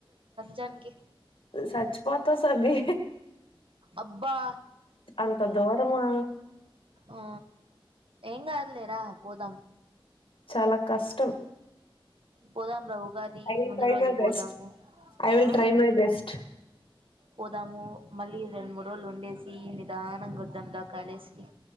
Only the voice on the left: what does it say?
సచ్ పోతసది
అంత దూరమా
చాలా కష్టం
ఐ will
try
my best
I విల్
ట్రై మై బెస్ట్